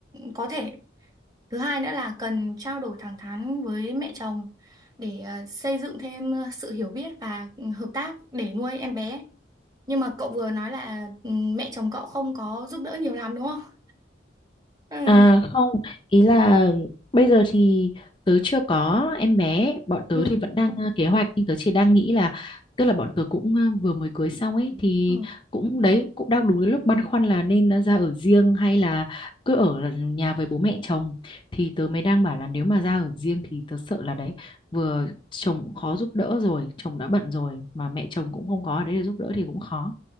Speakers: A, on the right; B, on the left.
A: có thể. Thứ hai nữa là cần trao đổi thẳng thắn với mẹ chồng để ờ, xây dựng thêm ờ, sự hiểu biết và hợp tác để nuôi em bé. Nhưng mà cậu vừa nói là ừ, mẹ chồng cậu không có giúp đỡ nhiều lắm đúng không? <laughs>
B: À không, ý là bây giờ thì tớ chưa có em bé, bọn tớ
A: Ừ.
B: thì
A: Ừ.
B: vẫn đang à, kế hoạch nhưng tớ chỉ đang nghĩ là tức là bọn tớ cũng à, vừa mới cưới xong ấy thì
A: Ừ.
B: cũng đấy cũng đang đúng cái lúc băn khoăn là nên à, ra ở riêng hay là cứ ở nhà với bố mẹ chồng thì tớ mới đang bảo là nếu mà ra ở riêng thì tớ sợ là đấy vừa chồng cũng khó giúp đỡ rồi, chồng đã bận rồi mà mẹ chồng cũng không có ở đấy để giúp đỡ thì cũng khó.